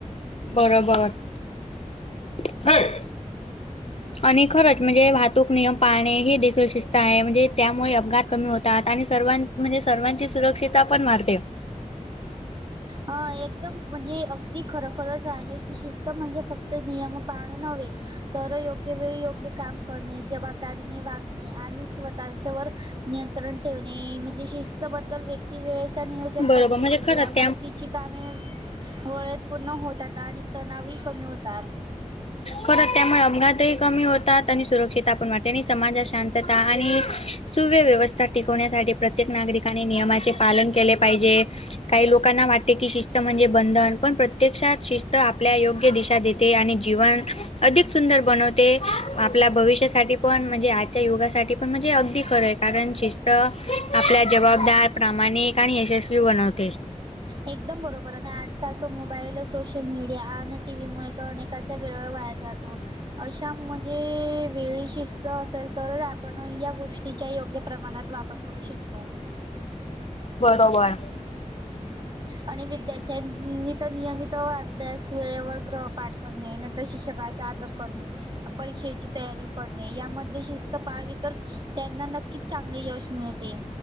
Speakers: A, on the left; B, on the right.
A: बरोबर <unintelligible> आणि खरंच म्हणजे भ तुक नियम पाळणे हे देखील शिस्त आहे म्हणजे त्यामुळे अपघात कमी होतात आणि सर्वां म्हणजे सर्वांचेच सुरक्षिता पण मारते
B: हा एकदम म्हणजे अगदी खरोखरंच आहे की शिस्त म्हणजे फक्त नियम पाळणे नव्हे तर योग्य वेळी योग्य काम करणे जबाबदारीने वागणे आणि स्वतःच्या व नियंत्रण ठेवणे म्हणजे शिस्तबद्दल व्यक ती वेळेच नियोजन
A: बरोबर
B: करते
A: म्हणजे
B: पण
A: खरंच
B: त्यामुळे तिची कामे वळेत पूर्ण होतात आणि तणाव कमी होतात
A: खरं त्यामुळे अपघात एक कमी होतात आणि सुरक्षता पण वाटते आणि समाजात शांतता आणि सुव्य व्यवस्था टिकवण्यासाठी प्रत्येक नागरिकाने नियमाचे पालन केले पाहिजे काही लोकांना वाटते की शिस्त म्हणजे बंधन पण प्रत्यक्षात शिस्त तर आपल्या योग्य दिशा देते आणि जीवन अधिक सुंदर बनवते आपल्या भविष्यासाठी पण म्हणजे आजच्या युगासाठी पण पण म्हणजे अगदी खरं आहे कारण शिस्त आपल्या जबाबदार प्रामाणिक आणि यशस्वी बनवते
B: एकदम बरोबर आणि आजकाल तो मोबाईल सोशल मीडिया आणि टीव्ही मुळे तर अनेक वेळ वाया जातो अशा म्हणजे वेळी शिस्त असेल तरच आपण या गोष्टीच्या योग्य प्रमाणात वापर करू शकतो
A: बरोबर
B: आणि विद्यार्थ्यांनी तर नियमित अभ्यास वेळेवर ग्रहपाठ करणे शिक्षकाचा आदर करणे परीक्षेची तयारी करणे यामध्ये शिस्त पाळावी तर त्यांना नक्कीच चांगले यश मिळते.